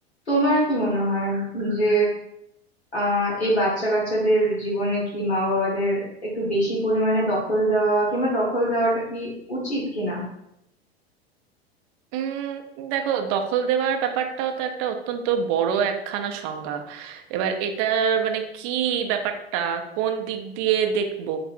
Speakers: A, on the left (about 80°); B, on the right (about 35°).
A: তোমার কি মনে হয় যে আহ এই বাচ্চা কাচ্চাদের জীবনে কি মা বাবাদের একটু বেশি পরিমাণে দখল দেওয়া কিংবা দখল দেওয়াটা কি উচিত কিনা
B: উম দেখো দখল দেওয়ার ব্যাপারটাও তো একটা অত্যন্ত বড় একখানা সংজ্ঞা এবার এটার মানে কি ব্যাপারটা কোন দিক দিয়ে দেখবো